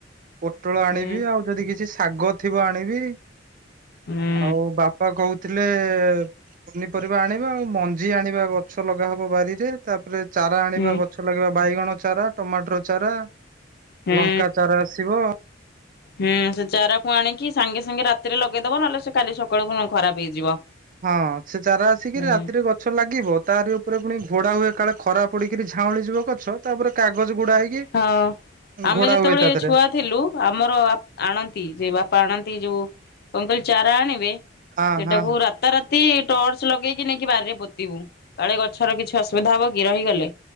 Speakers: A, on the right; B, on the left.
A: ପୋଟଳ ଆଣିବି
B: ହୁଁ
A: ଆଉ ଯଦି କିଛି ଶାଗ ଥିବ ଆଣିବି।
B: ହୁଁ
A: ଆଉ ବାପା କହୁ ଥିଲେ ପନିପରିବା ଆଣିବା ଆଉ ମଞ୍ଜି ଆଣିବା ଗଛ ଲଗାହବ ବାରିରେ ତା ତାପରେ ଚାରା ଆଣିବା
B: ହୁଁ
A: ଗଛ ଲାଗିବା ବାଇଗଣ ଚାରା ଟମାଟର ଚାରା।
B: ହୁଁ।
A: ଲଙ୍କା ଚାରା ଆସିବ।
B: ହୁଁ ସେ ଚାରାକୁ ଆଣିକି ସାଙ୍ଗେ ସାଙ୍ଗେ ରାତିରେ ଲଗେଇଦବ ନହେଲେ ସେ କାଲି ସକାଳୁ ଖରାପ ହେଇଯିବ।
A: ହଁ ସେ ଚାରା ଆସିକି
B: ହୁଁ
A: ରାତିରେ ଗଛ ଲାଗିବ ତାରି ଉପରେ ପୁଣି ଘୋଡା ହୁଏ ସକାଳେ ଖରା ପଡିକିରି ଝାଉଁଳି ଯିବ ଗଛ ତାପରେ କାଗଜ ଗୁଡା ହେଇକି
B: ହଁ। ଆମେ
A: ଘୋଡା
B: ଯେତେବେଳେ
A: ହୁଏ ତା ଦେହରେ
B: ଛୁଆ ଥିଲୁ ଆମର ଆଣନ୍ତି ଯେ ବାପା ଆଣନ୍ତି ଯୋଉ କଣ କହିଲି ଚାରା ଆଣିବେ ସେଇଟାକୁ
A: ହଁ ହଁ
B: ରାତାରାତି ଟର୍ଚ ଲଗେଇକି ନେଇକି ବାରିରେ ପୋତିବୁ। କାଳେ ଗଛର କିଛି ଅସୁବିଧା ହବ କି ରହିଗଲେ।